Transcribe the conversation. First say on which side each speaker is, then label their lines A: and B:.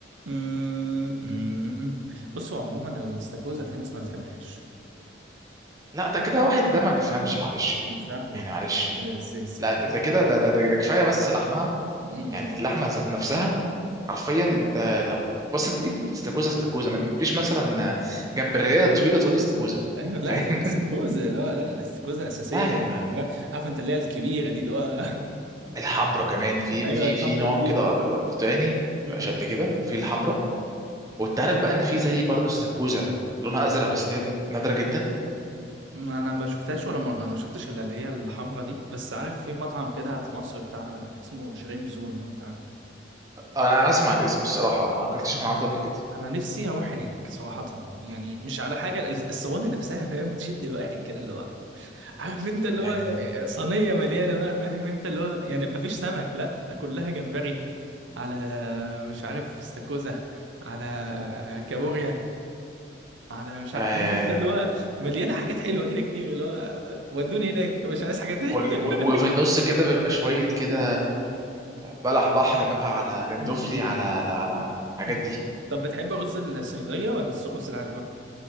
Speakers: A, on the right; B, on the right.
A: أمم، أمم، أمم. بصوا عموما الاستاكوزا في ناس ما بتحبهاش
B: لا ده كده واحد ده ما بيفهمش معلش بقى
A: أنا مش عارف ليه
B: يعني معلش
A: بس بس
B: لا
A: فاهم
B: ده ده كده ده ده ده ده كفايه بس لحمها
A: أمم.
B: يعني اللحمه ذات نفسها حرفيا انت لو بس انت تجيب استاكوزا استاكوزا ما تجيبليش مثلا جمبريه طويله تقول لي استاكوزا
A: ايوه لا
B: فاهم
A: لا لا، الاستاكوزا
B: <laughs>
A: لا لا الاستاكوزا اساسيه
B: لا يا
A: يا باشا
B: معلم
A: لا، عارف انت اللي هي الكبيره دي اللي هو <laughs>
B: الحمرا كمان في
A: ايوه
B: في
A: الحمرا
B: في نوع
A: الكبيره
B: كده بيبقى برتقاني
A: دي
B: بيبقى شد كده في الحمرا وانت عارف بقى ان في زي برضه السكوزه لونها ازرق بس ديت نادره جدا
A: ما انا ما شفتهاش ولا مره انا ما شفتش الا اللي هي الحمرا دي بس عارف في مطعم كده في مصر بتاع اسمه شيرين بزون لو انت عارفه
B: انا اسمع الاسم الصراحه ما اكلتش من عنده قبل كده
A: انا نفسي اروح هناك صراحه يعني مش على حاجه الصواني نفسها فاهم تشد الواحد كده اللي هو عارف انت اللي
B: يعني
A: هو صينيه مليانه بقى فاهم انت اللي هو يعني ما فيش سمك لا ده كلها جمبري على مش عارف استاكوزا على كابوريا على مش
B: آه
A: عارف
B: يعني
A: فاهم انت اللي هو مليانه حاجات حلوه كده كتير اللي هو ودوني هناك مش عايز حاجه تاني
B: وال- و- وفي النص
A: <laughs>
B: كده بيبقى شويه كده بلح بحر بقى على جندوفلي
A: م- م-
B: على على على الحاجات
A: م- م.
B: دي
A: طب بتحب رز الصيدلية ولا الس- الرز العادي بقى؟